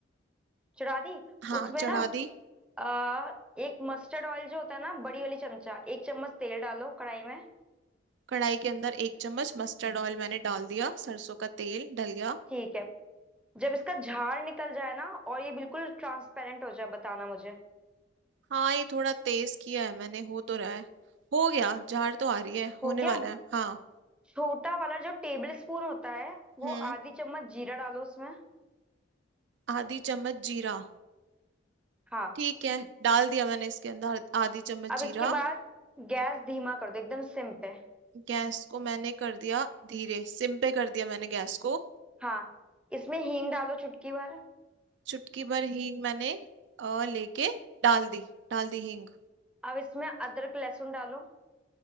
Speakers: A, in the centre; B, on the right.
A: चढ़ा दी
B: हाँ
A: उसमें
B: चढ़ा
A: ना
B: दी
A: आ, एक मस्टर्ड ऑयल जो होता है ना बड़ी वाली चमचा एक चम्मच तेल डालो कढ़ाई में
B: कढ़ाई के अंदर एक चम्मच मस्टर्ड ऑयल मैंने डाल दिया सरसों का तेल डल गया
A: ठीक है जब इसका झाड़ निकल जाए ना और ये बिल्कुल ट्रांसपेरेंट हो जाए बताना मुझे
B: हाँ ये थोड़ा तेज किया है मैंने हो तो रहा है हो गया झाड़ तो आ रही है होने
A: हो
B: वाला
A: गया
B: है हाँ
A: छोटा वाला जो टेबल स्पून होता है वो
B: हम्म
A: आधी चम्मच जीरा डालो उसमें
B: आधी चम्मच जीरा
A: हाँ
B: ठीक है डाल दिया मैंने इसके अंदर आधी चम्मच
A: अब इसके
B: जीरा
A: बाद गैस धीमा कर दो एकदम सिम पे
B: गैस को मैंने कर दिया धीरे सिम पे कर दिया मैंने गैस को
A: हाँ इसमें हींग डालो चुटकी भर
B: चुटकी भर हींग मैंने अ, लेके डाल दी डाल दी हींग
A: अब इसमें अदरक लहसुन डालो